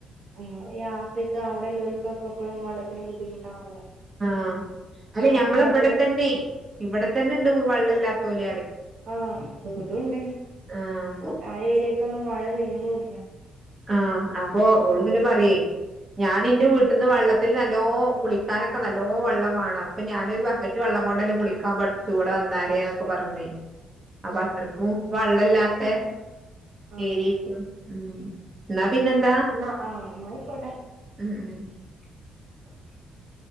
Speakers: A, on the right; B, on the right.
A: ആ ഈ ആഫ്രിക്ക അവ്ടെ ള്ളോൽക്കൊക്കെപ്പളും വള്ളത്തിന് ബുദ്ധിമുട്ടാണല്ലോ
B: ആഹ് അല്ലെ
A: ഭക്ഷണത്തിന്
B: ഞമ്മള വടെത്തന്നെ ഇവിടെത്തന്നെണ്ട് വള്ളല്ലാത്തോൽ
A: ആഹ് തുംതുണ്ട്
B: ആഹ്
A: ആ ഏരിയേക്കൊന്നും മഴ പെയ്യ് ണുല്ല
B: ആഹ് അപ്പൊ ഓള് പിന്നെ പറ്യേ ഞാൻ ഇന്റെ വീട്ട്ന്ന് വെള്ളത്തിൽ നല്ലോം കുളിക്കാനൊക്കെ നല്ലോം ഓവള്ളം വാണം പ്പൊ ഞാനൊരു ബക്കറ്റ് വള്ളം കൊണ്ടെന്നെ കുളിക്കാൻ പഠിച്ചു വടെ വന്നാരേ ന്നൊക്കെ പറഞ്ഞ് അപ്പൊ അത്രക്കുംവെള്ളല്ലാത്ത
A: ആഹ്
B: ഏരിയക്കെ ക്കും അങ്ങനെ പിന്നെന്താ
A: എന്നാ ആഹ് എന്നായിക്കോട്ടെ
B: ഉം ഉം <inaudible>